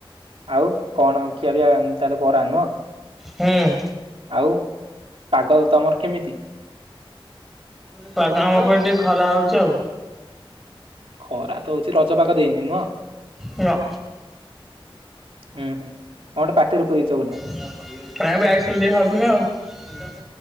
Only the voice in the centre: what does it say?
ହୁଁ
ପାଗ ଆମର ଏପଟେ ଟିକେ ଖରା ହଉଛି ଆଉ।
ନା।
ଆଇସ୍କ୍ରିମ୍ ଟିକେ ଖାଉଥିଲି ଆଉ।